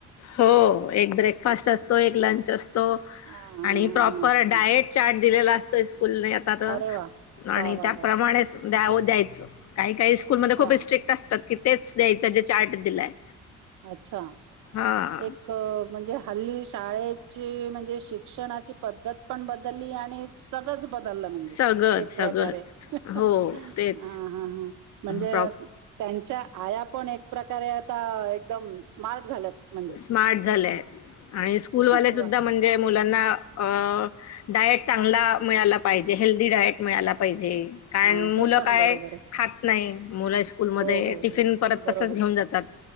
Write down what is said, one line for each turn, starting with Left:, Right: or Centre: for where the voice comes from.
Left: हो एक ब्रेकफास्ट असतो एक लंच असतो.
Right: हा हा
Left: आणि
Right: हा
Left: प्रॉपर
Right: हा अच्छा
Left: डायट चार्ट दिलेला असतो. फुल येतात
Right: अरे वा वा
Left: आणि
Right: वा
Left: त्याप्रमाणेच
Right: वा
Left: द्याव द्यायचं. काही काही स्कूलमध्ये
Right: अच्छा
Left: खूप स्ट्रिक्ट असतात <inaudible> तेच द्यायचं जे चार्ट दिलाय.
Right: अच्छा.
Left: हा
Right: एक-म्हणजे. हल्ली शाळेची म्हणजे शिक्षणाची पद्धत पण बदलली आणि सगळंच. बदललं म्हणजे
Left: सगळंच
Right: एक प्रकारे
Left: सगळंच
Right: हं
Left: हो तेच
Right: हं म्हणजे
Left: प्रॉप
Right: त्यांच्या आया पण एक प्रकारे आता एकदम स्मार्ट झाल्यात. म्हणजे
Left: स्मार्ट झाल्यात आणि स्कूलवाले
Right: वा.
Left: सुद्धा म्हणजे मुलांना- अं-डायट चांगला मिळाला पाहिजे हेल्दी डायट मिळाला पाहिजे कारन
Right: हा हे
Left: मुल
Right: पण
Left: काय
Right: बरोबर आहे
Left: खात नाही मुल स्कूल मधे
Right: हो हो
Left: टिफिन
Right: हो
Left: परत
Right: बरोबर
Left: तसच घेऊन जातात